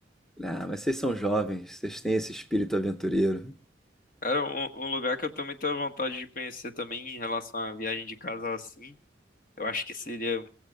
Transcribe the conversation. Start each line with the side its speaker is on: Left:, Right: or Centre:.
Centre: Ah, mas vocês são jovens, vocês têm esse espírito aventureiro.
Left: Cara, um, um lugar que eu tenho muita vontade de conhecer também em relação à viagem de casal, assim, eu acho que seria